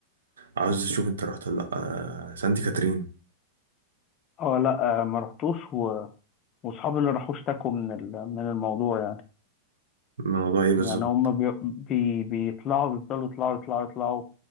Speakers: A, on the right; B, on the left.
A: عاوز اشوف انت رحت ولا لا آه، سانتي كاترين
B: اه لا آه، ما رحتوش و... واصحابي اللي راحوا اشتكوا من ال... من الموضوع يعني
A: الموضوع ايه بالظبط
B: يعني هم بي... بي... بيطلعوا بيفضلوا يطلعوا يطلعوا يطلعوا